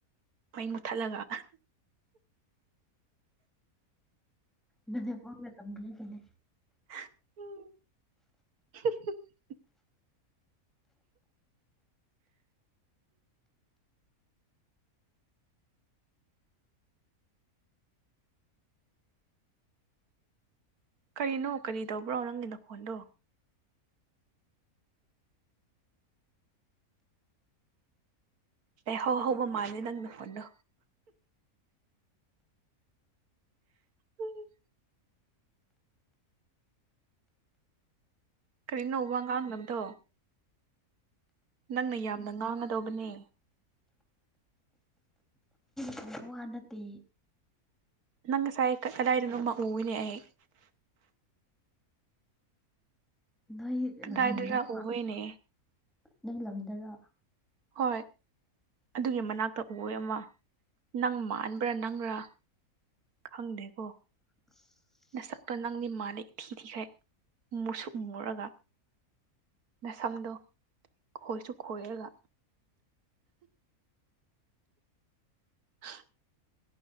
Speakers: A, on the right; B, in the centre.
A: ꯃꯩ ꯃꯨꯊꯠꯂꯒ
B: ꯅꯥꯅꯦꯝꯕꯣꯛꯅ ꯇꯝꯒꯅꯤꯅꯦ
A: ꯎꯝ ꯀꯔꯤꯅꯣ ꯀꯔꯤ ꯇꯧꯕ꯭ꯔꯣ ꯅꯪꯒꯤ ꯅꯈꯣꯟꯗꯣ ꯂꯩꯍꯧ ꯍꯧꯕ ꯃꯥꯜꯂꯦ ꯅꯪꯅ ꯐꯣꯟꯗꯣ ꯎꯝ ꯀꯔꯤ ꯅꯣ ꯋꯥꯉꯥꯡꯗꯕꯗꯣ ꯅꯪꯅ ꯌꯥꯝꯅ ꯉꯥꯡꯒꯗꯧꯕꯅꯦ
B: ꯑꯗꯨꯕ ꯋꯥ ꯅꯠꯇꯦ
A: ꯅꯪ ꯁꯥꯏ ꯀꯗꯥꯏꯗ ꯑꯃ ꯎꯏꯅꯑꯦ
B: ꯅꯣꯏ
A: ꯀꯗꯥꯏꯗꯔ
B: ꯂꯝꯗꯔ
A: ꯎꯋꯦꯅꯦ
B: ꯅꯣꯏ ꯂꯝꯗꯔ
A: ꯍꯣꯏ ꯑꯗꯨꯒꯤ ꯃꯅꯥꯛꯇ ꯎꯏ ꯑꯦ ꯑꯃ ꯅꯪ ꯃꯥꯟꯕ꯭ꯔꯥ ꯅꯪꯔꯥ ꯈꯪꯗꯦꯀꯣ
B: <unintelligible>
A: ꯅꯁꯛꯇꯣ ꯅꯪꯗꯤ ꯃꯥꯜꯂꯦ ꯏꯊꯤ ꯊꯨꯈꯩ ꯎ ꯃꯨꯁꯨꯛꯃꯨꯔꯒ ꯅꯁꯝꯗꯣ ꯈꯣꯏꯁꯨ ꯈꯣꯏꯔꯒ ꯍꯥ